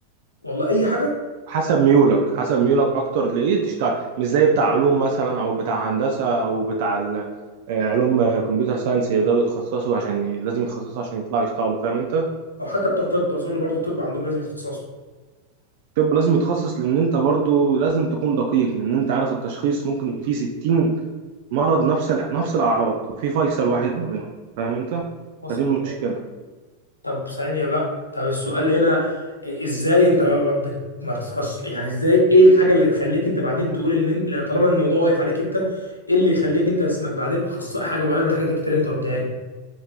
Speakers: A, on the left; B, on the right.
A: والله اي حاجه
B: حسب ميولك حسب ميولك اكتر لايه تشتغل مش زي بتاع علوم مثلا او بتاع هندسة او بتاع ال- آه، علوم آه، كمبيوتر ساينس يقدروا يتخصصوا عشان ي- لازم يتخصصوا عشان يطلعوا يشتغلوا فاهم انت
A: او حتى بتوع طب اظن برضه طب عندهم لازم يتخصصوا
B: طب لازم يتخصص لان انت برضو لازم تكون دقيق لان انت عارف التشخيص ممكن في 60 مرض نفس ال... نفس الاعراض وفي فيصل واحد ما بينهم فاهم انت
A: وصلت
B: فدي المشكله
A: طب ثانية بقى طب السؤال هنا ازاي انت ما بت- ما بتتخصص يعني ازاي ايه الحاجة اللي تخليك انت بعدين تقول ان انت لو طالما الموضوع واقف عليك انت ايه اللي يخليك انت اسمك بعدين اخصائي حاجة معينة من الحاجات الكتير اللي انت قلتها لي